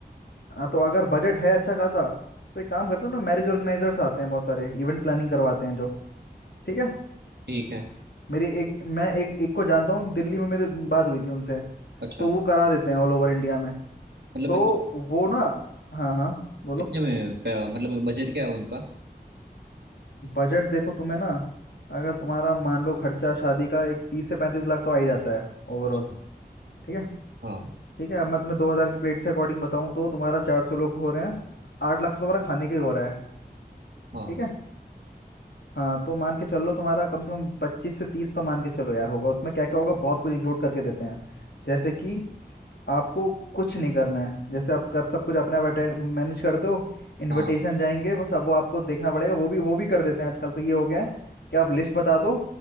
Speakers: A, on the left; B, on the right.
A: हाँ तो अगर बजट है अच्छा खासा तो एक काम करते हो ना मैरिज ऑर्गेनाइजर्स आते हैं बहुत सारे इवेंट प्लानिंग करवाते हैं जो ठीक है
B: ठीक है
A: मेरी एक मैं एक एक को जानता हूँ दिल्ली में मेरी बात हुई थी उनसे
B: अच्छा
A: तो वो करा देते हैं ऑल ओवर इंडिया में
B: मतलब
A: तो
B: मैं
A: वो ना हाँ हाँ बोलो
B: कितने में प- मतलब बजट क्या है उनका
A: बजट देखो तुम्हें ना अगर तुम्हारा मान लो खर्चा शादी का एक तीस से पैंतीस लाख तो आ ही जाता है ओवरऑल
B: अच्छा,
A: ठीक है
B: हाँ
A: ठीक है अब मैं तुम्हें दो हज़ार के प्लेट से अकॉर्डिंग बताऊँ तो तुम्हारा चार सौ लोग हो रहे हैं आठ लाख तो तुम्हारा खाने का ही हो रहा है
B: हाँ
A: ठीक है हाँ तो मान के चलो तुम्हारा कम से कम पच्चीस से तीस तो मान के चलो यार होगा उसमें क्या क्या होगा बहुत कुछ इंक्लूड करके देते हैं जैसे कि आपको कुछ नहीं करना है जैसे आप कर सब कुछ अपने आप मैनेज करते हो इनविटेशन
B: हाँ
A: जाएंगे बस अब वो आपको देखना पड़ेगा वो भी वो भी कर देते हैं आजकल तो ये हो गया है कि आप लिस्ट बता दो